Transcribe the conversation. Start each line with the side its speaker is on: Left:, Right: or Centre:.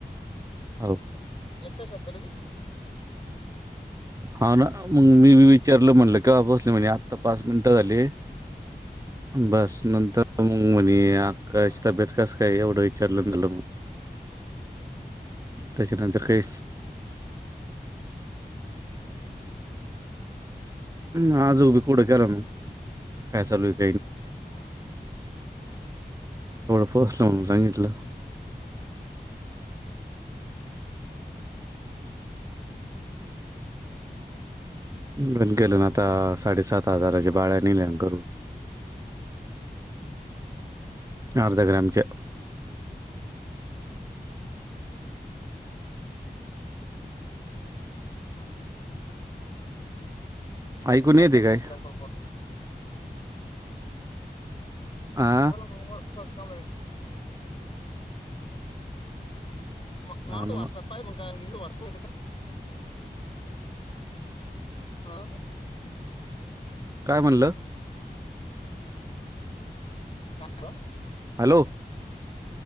Left: <unintelligible>
Right: हो
Left: एका शब्दला <unintelligible>
Right: हा ना, मग मी बी विचारलं म्हणल कावा बसली आता पाच मिनटं झाली. बस नंतर मग म्हणे अकाशी
Left: हा
Right: तब्येत कसं काय एवढं विचारलंंतलं मग त्याच्यानंतर काही हम आजूबी कुठं केला म फैसाल व
Left: हा
Right: ोसलं म्हणून सांगितलं. पण केलं ना आता साडेसात हजारच्या
Left: म-
Right: बाळ्या नेल्या करून अर्ध ग्रॅमचे
Left: हा.
Right: ऐकून येते
Left: आतानी
Right: काय
Left: घेतलं फरपोट
Right: हा
Left: झालं मग म का झालं म
Right: हा ना
Left: वॉट्सअप
Right: मग
Left: का वाटपते का? हा.
Right: काय म्हणलं?
Left: हा हॅलो
Right: हॅलो.